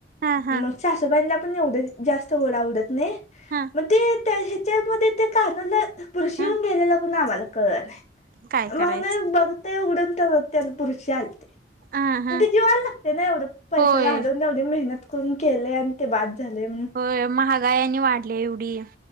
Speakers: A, on the right; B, on the left.
A: हा
B: मग
A: हा
B: सासूबाईनां पण एवडं जास्त गोड आवडत नई
A: हा
B: मग ते त्या ह्याच्यामध्ये ते कानवला बुरशी
A: हा
B: येऊन गेलेलं पण आम्हाला कळलं नाय,
A: काय
B: म्हणून
A: करायचं
B: मग ते उघडून तं बघत्या तर बुरशी आली.
A: हा हा
B: ते जीवाला लागतं ना, एवढं पैसा
A: होय
B: घालून मेहनत करून केलंय आणि ते बाद झालंय म्हणून
A: <unintelligible> महागाई आणि वाढल्या एवढी